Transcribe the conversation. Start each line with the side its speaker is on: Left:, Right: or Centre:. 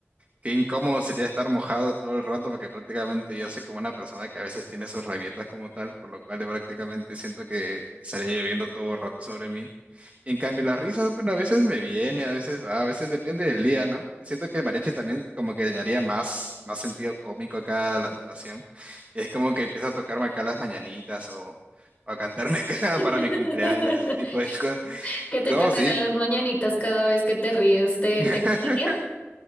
Right: Qué incómodo sería estar mojado todo el rato, porque prácticamente yo soy como una persona que a veces tiene sus rabietas como tal, por lo cual prácticamente siento que estaría lloviendo todo el rato sobre mí. En cambio, las risas, bueno, a veces me viene, a veces va, a veces depende del día, ¿no? Siento que el mariachi también como que le daría más, más sentido cómico acá a la situación. Es como que empieza a tocarme acá las mañanitas o, o a cantarme acá <laughs>
Left: <laughs>
Right: para mi cumpleaños, ese tipo de cosas.
Left: Que te
Right: No,
Left: tocaran
Right: sí.
Left: las mañanitas cada vez que te ríes, ¿te,
Right: <laughs>
Left: te gustaría?